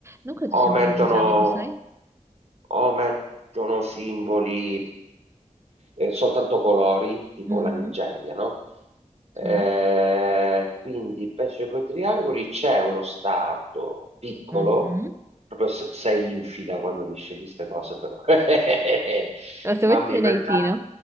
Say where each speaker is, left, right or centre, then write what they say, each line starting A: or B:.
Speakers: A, on the right; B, on the right.
A: Non credo
B: o
A: sia
B: mettono,
A: un paese islamico, sai?
B: o mettono simboli eh, soltanto colori, tipo
A: Mhm.
B: la Nigeria, no? Eh,
A: Sì.
B: quindi invece con i triangoli c'è uno stato piccolo,
A: Mhm.
B: proprio se- sei infida quando mi scegli queste cose, però. <laughs>
A: No, se
B: Fammi
A: vuoi te ne
B: pensare.
A: dai Tino.